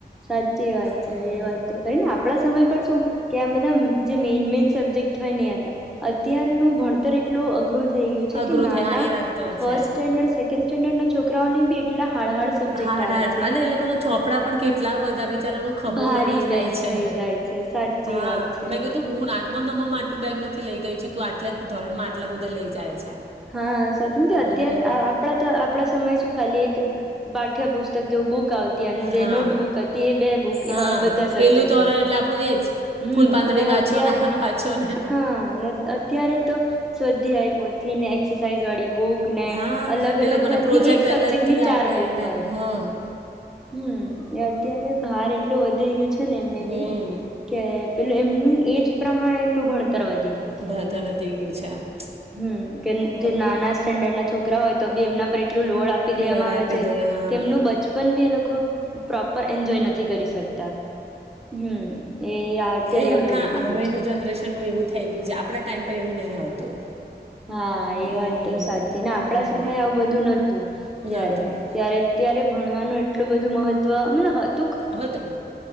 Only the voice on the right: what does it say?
હમ
અઘરું
થાય હા એ વાત તો
છે
હાર્ડ
હાર્ડ
અને એ લોકો ના ચોપડા પણ કેટલા બદ બચારાનો ખભો
વળી જાય
છે
હા
મેં કીધું હું આઠમા નમ્બર માટે બેગ નથી લઈ ગઈ છેું તું આટલા ધોરણમાં આટલા બધા લઈ જાય. છે
હમ
હા
હા
પેલું ધોરણ એટલે આપણું એ જ
ફૂલ પાંદડી
વાંચો
ને આ વાંચો ને
હા
એ
લોકોને
પ્રોજેક્ટ
અલગથી
આપે
અને
હા
હમ
ભણતર <inaudible>
હવે
લોડ
આપી
દે હા
એ
હમણાં
હવેનું
જનરેશનનું એવું થઈ ગયું છે આપણા ટાઈમ પર એવું નહી હતું.
હમ
હમ
નતું
હતું